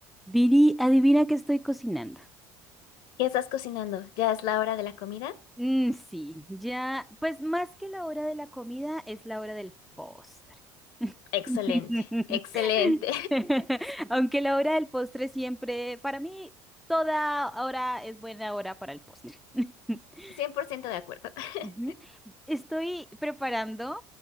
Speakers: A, in the centre; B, on the left.
A: Viri, adivina qué estoy cocinando.
B: ¿Ya estás cocinando? ¿Ya es la hora de la comida?
A: Mm, sí, ya, pues más que la hora de la comida es la hora del postre.
B: Excelente,
A: <laughs>
B: excelente.
A: Aunque la hora del postre siempre, para mí, toda hora es buena hora para el postre.
B: <laughs>
A: <laughs>
B: 100% de acuerdo. <laughs>
A: Ujú. Estoy preparando